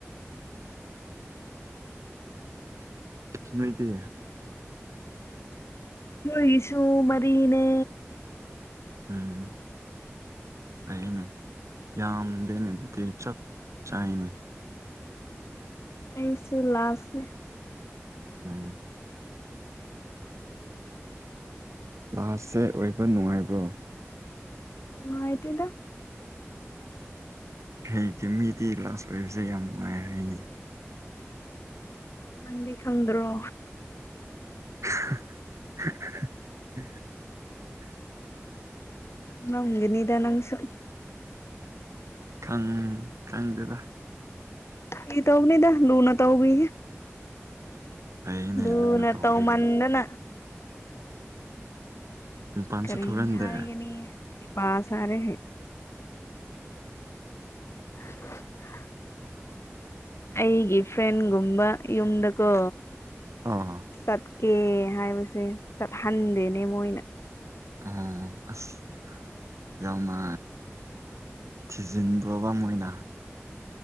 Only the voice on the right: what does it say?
ꯉꯣꯏꯇ
ꯎꯝ ꯀꯩꯅꯦ ꯌꯥꯝꯗꯦꯅꯦ ꯑꯗꯨꯗꯤ ꯆꯞ ꯆꯥꯏꯅꯥ
ꯎꯝ ꯂꯥꯁꯁꯦ ꯑꯣꯏꯕ ꯅꯨꯡꯉꯥꯏꯕ꯭ꯔꯣ
ꯀꯩ ꯃꯤꯗꯤ ꯂꯥꯁ ꯑꯣꯏꯕꯁꯦ ꯌꯥꯝ ꯅꯨꯡꯉꯥꯏ ꯍꯥꯏꯅꯦ
<unintelligible>
ꯈꯪ ꯈꯪꯗꯦꯗ
ꯐꯩꯅꯦ
ꯂꯨꯅ ꯇꯧꯕꯤꯕꯅꯦ
ꯃꯄꯥꯟꯁꯨ
ꯊꯣꯛꯍꯟꯗꯦ
ꯑꯥ
ꯑꯥ ꯑꯁ ꯌꯥꯝꯃ ꯊꯤꯖꯤꯟꯕ꯭ꯔꯣꯕ ꯃꯣꯏꯅ